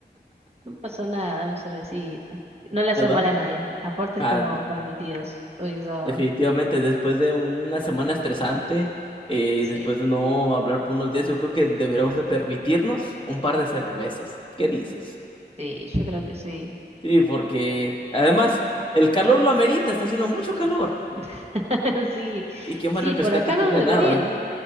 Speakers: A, on the right; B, on the left.
A: No pasa nada, una cervecita. No le hace
B: ¿verdad?
A: mal a nadie. Aparte
B: Ah,
A: estamos permitidos hoy sábado.
B: definitivamente, después de una semana estresante, eh,
A: Sí,
B: después de no hablar por unos días, yo creo que deberíamos de permitirnos un par de cervezas. ¿Qué dices?
A: sí, yo creo que sí.
B: Sí, porque además el calor lo amerita, está haciendo mucho calor.
A: <laughs> <laughs> Sí,
B: Y qué más
A: sí,
B: refrescante
A: por acá
B: que
A: no
B: una
A: debería.
B: helada.